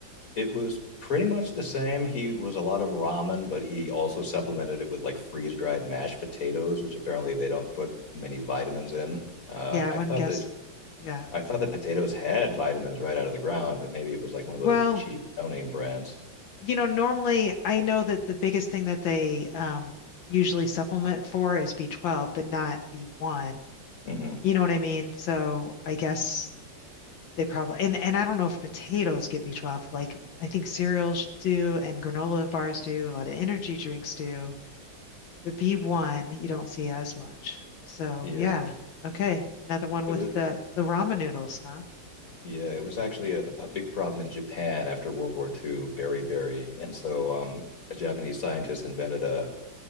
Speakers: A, on the left; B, on the left.
A: it was pretty much the same. He was a lot of ramen, but he also supplemented
B: Man.
A: it with like freeze dried mashed potatoes, which apparently they don't put many vitamins in. Uh,
B: Yeah, I
A: I
B: wouldn't
A: thought
B: guess.
A: that
B: Yeah.
A: I thought that potatoes had vitamins right out of the ground, but maybe it was like one of
B: Well,
A: those cheap no name brands.
B: You know, normally I know that the biggest thing that they um, usually supplement for is B12, but not B1.
A: hmm
B: You know what I mean? So I guess they probably and and I don't know if potatoes get B12. Like I think cereals do and granola bars do, a lot of energy drinks do, but B1 you don't see as much. So
A: Yeah,
B: yeah, okay, another one
A: it
B: with
A: was.
B: the the ramen noodles, huh?
A: Yeah, it was actually a, a big problem in Japan after World War II, berry berry, and so um, a Japanese scientist invented a